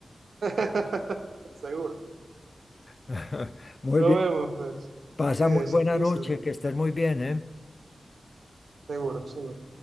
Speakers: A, on the right; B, on the left.
A: <laughs> Seguro.
B: <laughs> Muy
A: Nos
B: bien,
A: vemos, pues.
B: pasa
A: Cuídese,
B: muy buena
A: cuídese.
B: noche, que estés muy bien, ¿eh?
A: Seguro, seguro.